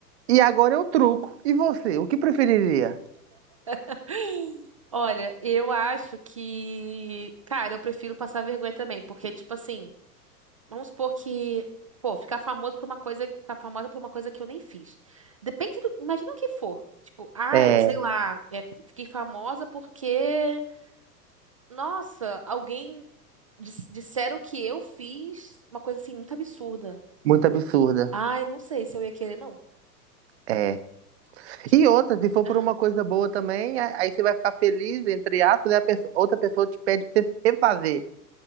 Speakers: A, on the right; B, on the right.
A: E agora eu truco. E você, o que preferiria?
B: <gasps> Olha, eu acho que. Cara, eu prefiro passar vergonha também, porque, tipo assim. Vamos supor que, pô, ficar famoso por uma coisa, ficar famosa por uma coisa que eu nem fiz. Depende do, imagina o que for. Tipo, ai,
A: É,
B: sei lá, é, fiquei famosa porque, nossa, alguém dis- disseram que eu fiz uma coisa assim muito absurda.
A: muito absurda.
B: Ai, não sei se eu ia querer, não.
A: É.
B: Ti-
A: E outra, se for por
B: ah,
A: uma coisa boa também, a- aí você vai ficar feliz, entre aspas, e a pessoa- outra pessoa te pede pra você refazer.